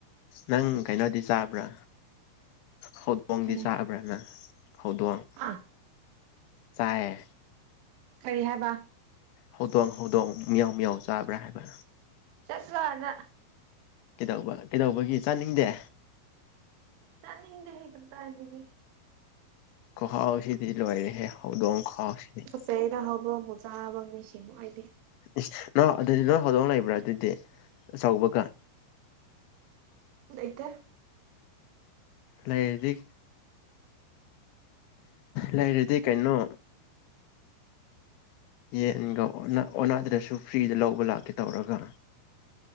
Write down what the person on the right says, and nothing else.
ꯀꯔꯤ
ꯑꯥ
ꯀꯔꯤ ꯍꯥꯏꯕ
ꯆꯠꯂꯨ ꯑꯥꯗ
ꯆꯥꯅꯤꯡꯗꯦꯍꯦ ꯀꯗꯥꯏꯗꯒꯤ
ꯆꯩꯗ ꯍꯧꯗꯣꯡꯕꯨ ꯆꯥꯕ ꯃꯤꯁꯤ ꯑꯩꯗꯤ
ꯂꯩꯇꯦ